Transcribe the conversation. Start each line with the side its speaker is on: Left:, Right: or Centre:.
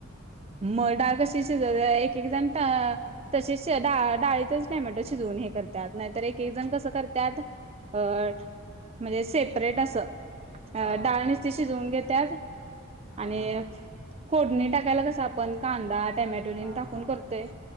Right: म डाळ कशी शिजवायच एक एक जण ता तशीच डा -डाळीतच टॅमॅटो शिजवून हे करत्यात. नाय तर एक एक जण कस करत्यात अ म्हणजे सेपरेट असं. अ-
Left: हा हा
Right: डाळ निस्ति शिजवून घेत्यात.
Left: हा
Right: आणि फोडणी टाकायला कसं आपण कांदा टॅमॅटो
Left: हा
Right: टाकून
Left: हा
Right: तेन करतोय